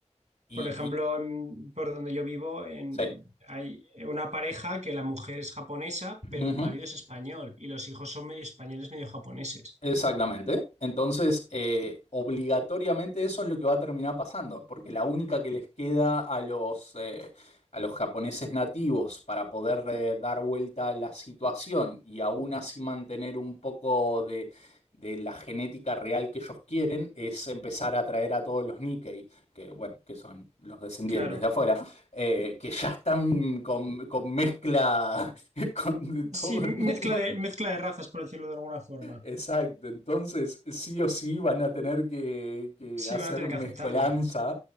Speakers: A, on the left; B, on the right.
A: Y,
B: Por ejemplo,
A: y
B: en- por donde yo vivo, en-
A: sí.
B: hay una pareja que la mujer es japonesa, pero
A: Ujú.
B: el marido es español y los hijos son medio españoles, medio japoneses.
A: Exactamente. Entonces, eh, obligatoriamente eso es lo que va a terminar pasando, porque la única que les queda a los, eh, a los japoneses nativos para poder eh, dar vuelta a la situación y aún así mantener un poco de, de la genética real que ellos quieren es empezar a traer a todos los Nikkei, que bueno, que son los descendientes
B: Claro.
A: de afuera, eh, que ya están con, con mezcla <laughs> con todo
B: Sí, mezcla
A: el mundo.
B: de, mezcla de razas, por decirlo de alguna forma.
A: Exacto, entonces sí o sí van a tener que, que
B: Sí,
A: hacer
B: van a tener
A: mezcolanza
B: que aceptarlo.